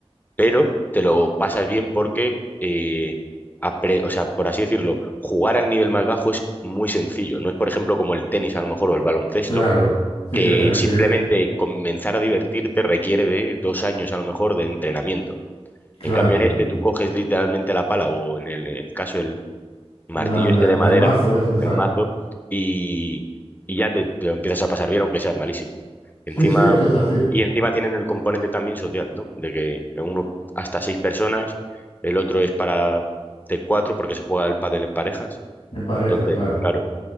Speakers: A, on the left (about 15°); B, on the left (about 65°).
A: pero te lo pasas bien porque, eh, apre- o sea, por así decirlo, jugar al nivel más bajo es muy sencillo. No es, por ejemplo, como el tenis a lo mejor o el baloncesto,
B: claro, sí
A: que
B: que te requiere,
A: simplemente comenzar a divertirte requiere de dos años a lo mejor de entrenamiento.
B: claro,
A: En cambio, en este
B: y
A: tú coges literalmente la pala o en el, en el caso martillo
B: la- la-
A: este
B: el
A: de madera,
B: mazo ese, exacto.
A: el mazo, y, y ya te, te lo empiezas a pasar bien, aunque seas malísimo. Encima,
B: Sí, sí, eso es así,
A: y encima tienen el componente también social, ¿no? De que uno hasta seis personas, el otro es para de cuatro porque se juega el pádel en parejas.
B: en parejas,
A: Entonces,
B: claro.
A: claro,